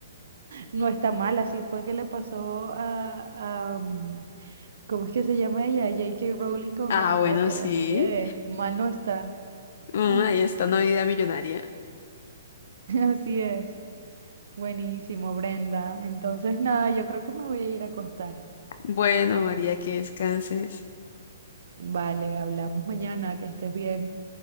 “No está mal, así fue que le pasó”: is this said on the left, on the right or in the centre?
Right